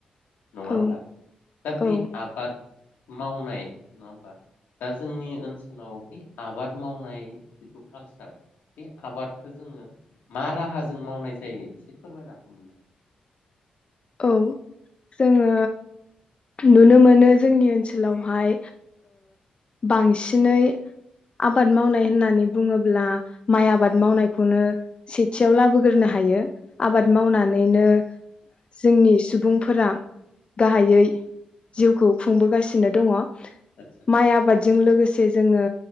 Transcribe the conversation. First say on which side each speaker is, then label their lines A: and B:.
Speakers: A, on the left (about 80°); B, on the left (about 35°).
A: नङा होमबा
B: औ
A: दा बे
B: औ
A: आबाद मावनाय नङा होमबा दा जोंनि ओनसोलाव बे आबाद मावनाय जिथु कालसार बे आबादखौ जोङो मा राहाजों मावनाय जायो एसे फोरमायना होदो।
B: औ जोङो नुनो मोनो जोंनि ओनसोलावहाय बांसिनै आबाद मावनाय होननानै बुङोब्ला माइ आबाद मावनायखौनो सेथियाव लाबोग्रोनो हायो। आबाद
A: आतसा
B: मावनानैनो। जोंनि सुबुंफोरा गाहायै जिउखौ खुंबोगासिनो दङ।
A: आतसा
B: माइ आबादजों लोगोसे जोङो